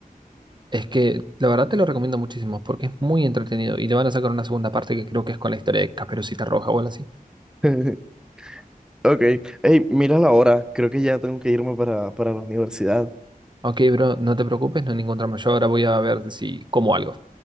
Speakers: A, on the right (about 30°); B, in the centre.
A: Es que la verdad te lo recomiendo muchísimo porque es muy entretenido y le van a sacar una segunda parte que creo que es con la historia de Caperucita Roja o algo así.
B: <laughs> Ok, hey, mira la hora, creo que ya tengo que irme para, para la universidad.
A: Ok, bro, no te preocupes, no hay ningún drama. Yo ahora voy a ver si como algo.